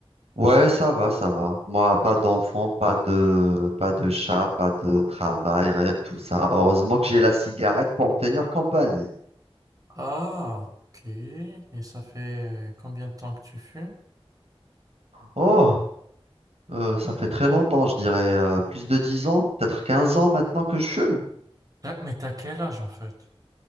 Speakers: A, on the right (about 80°); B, on the right (about 35°).
A: Ouais, ça va, ça va. Moi, pas d'enfant, pas de, pas de chat, pas de travail, rien de tout ça. Heureusement que j'ai la cigarette pour me tenir compagnie.
B: Ah, ok. Et ça fait combien de temps que tu fumes?
A: Oh, euh, ça fait très longtemps, je dirais euh, plus de 10 ans, peut-être 15 ans maintenant que je fume.
B: Ah, Mais t'as quel âge en fait?